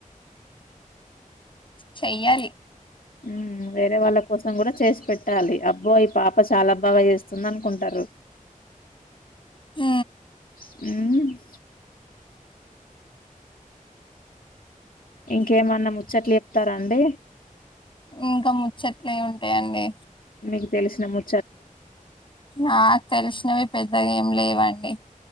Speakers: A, on the left; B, on the left.
A: చయ్యాలి
B: ఊ వేరే వాళ్ళ కోసం గూడా చేసి పెట్టాలి అబ్బో ఈ పాప చాలా బాగా జేస్తుందన్ కుంటారు
A: ఊ
B: ఉ ఇంకేమన్నా ముచ్చట్లు ఎప్తారా అండి
A: ఇంకా ముచ్చట్లేముంటాయండి
B: మీకు తెలిసిన ము
A: నాక్ తెలిసినవి పెద్దగా ఏమ్ లేవండి